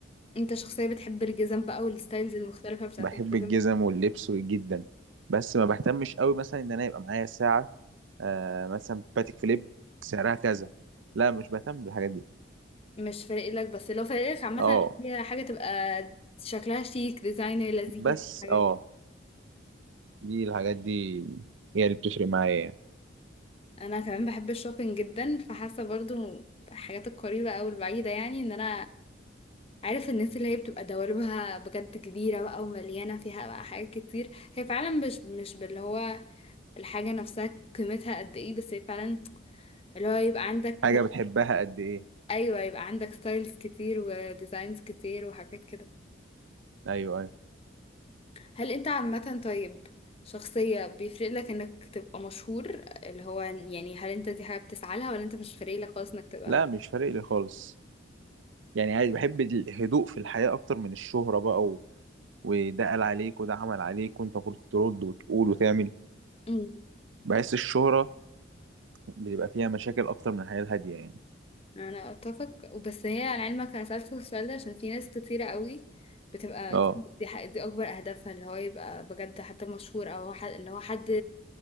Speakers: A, on the left; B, on the right.
A: انت شخصية بتحب الجزم بقى والستايلز المختلفة بتاعت
B: بحب
A: الجزم
B: الجزم واللبس جدا بس ما بهتمش قوي مثلا ان انا يبقى معايا ساعة آه مثلا باتيك فيليب سعرها كذا لا مش بهتم بالحاجات دي
A: مش فارق لك بس لو فارق لك عامة
B: اه
A: اللي هي حاجة تبقى شكلها شيك ديزاينر لذيذ
B: بس
A: الحاجات
B: اه
A: دي.
B: دي الحاجات دي هي اللي بتفرق معايا يعني
A: انا كمان بحب الشوبينج جدا فحاسة برضو الحاجات القريبة او البعيدة يعني ان انا عارف الناس اللي هي بتبقى دواليبها بجد كبيرة بقى ومليانة فيها بقى حاجات كتير هي فعلا مش مش باللي هو الحاجة نفسها قيمتها قد ايه بس هي فعلا اللي هو يبقى عندك
B: حاجة بتحبها قد ايه
A: ايوه يبقى عندك ستايلز كتير وديزاينز كتير وحاجات كده
B: ايوه ايوه
A: هل انت عامة طيب شخصية بيفرق لك انك تبقى مشهور اللي هو يعني هل انت دي حاجة بتسعى لها ولا انت مش فارق لك خالص انك تبقى
B: لا
A: مشهور
B: مش فارق لي خالص يعني عادي بحب الهدوء في الحياة أكتر من الشهرة بقى و... وده قال عليك وده عمل عليك وأنت المفروض ترد وتقول وتعمل
A: مم.
B: بحس الشهرة بيبقى فيها مشاكل أكتر من الحياة الهادية يعني
A: انا اتفق بس هي على علمك انا سألت السؤال ده عشان في ناس كتيرة قوي بتبقى
B: أه
A: دي, دي, ح- دي اكبر اهدافها اللي هو يبقى بجد حتى مشهور او ح- اللي هو حد